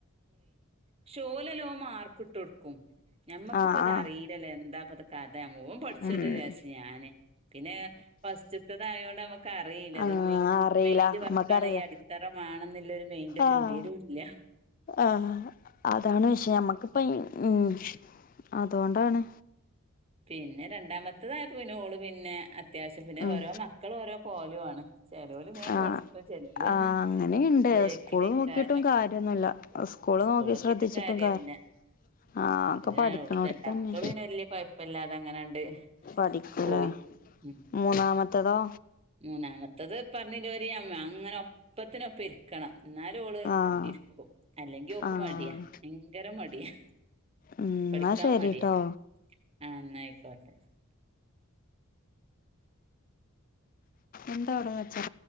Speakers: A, on the right; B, on the left.
A: പക്ഷേ ഓലല്ലോം മാർക്കിട്ടൊടുക്കും ഞമ്മക്കിപ്പോത്
B: ആഹ് ആഹ്
A: അറീലല്ല എന്താപ്പത് കാ അതെ മോൻ പഠിച്ചിണണ്ട്
B: ഉം
A: വിചാരിച്ച് ഞാന് പിന്നെ ഫസ്റ്റ്തത്തതായോണ്ട് നമ്മക്ക് അറീല്ല
B: ആഹ്
A: തും
B: അറിയില്ല
A: മെയിൻന്റെ വർക്കാണ്
B: നമ്മക്കറിയില്ല
A: ഈ അടിത്തറമാണെന്നുള്ള ഒരു മെയിൻറെ
B: ആഹ്
A: ന്റെലുല്ല
B: ആഹ് അതാണ് വിഷയം നമ്മക്കിപ്പ ഉം അതോണ്ടാണ്
A: പിന്നെ രണ്ടാമത്തതായപ്പോ ഓള് പിന്നെ അത്യാവശ്യം പിന്നെ
B: ഉം
A: ഓരോ മക്കള് ഓരോ കോലുവാണ് ചെലോര് ഇങ്ങനെ
B: ആഹ്
A: പഠിച്ച ചെലോര്
B: ആഹ് അങ്ങനെയുണ്ട്
A: ബാക്കിലാക്കാരം
B: സ്കൂള് നോക്കിയിട്ടും കാര്യൊന്നുല്ല സ്കൂള്
A: സ്കൂളൊക്കെിട്ടും
B: നോക്കി ശ്രദ്ധിച്ചിട്ടും
A: കാര്യല്ല
B: കാര് ആഹ് ഒക്കെ
A: പിന്നെ
B: പഠിക്കണോടത്തന്നെ
A: രണ്ടാമത്തോള് പിന്നെ വല്യ കുഴപ്പ ഇപ്പല്ലാതെ അങ്ങനാണ്ട്
B: പഠിക്കൂലേ
A: പോയി ഉം
B: മൂന്നാമത്തതോ
A: മൂന്നാമത്തത് ഇപ്പറഞ്ഞീലോരി ഞാൻ ഇങ്ങനെ ഒപ്പത്തിനൊപ്പം ഇരിക്കണം ഇന്നാല് ഓള്
B: ആഹ്
A: ഇരിക്കും അല്ലെങ്കിൽ ഓക്ക്
B: ആഹ്
A: മടിയാ ഭയങ്കര മടിയാ
B: ഉം
A: പഠിക്കാൻ
B: ന്നാ ശരിട്ടോ
A: മടിയാ ആഹ് ന്ന ആയിക്കോട്ടെ
B: എന്താ അവടെ കച്ചറ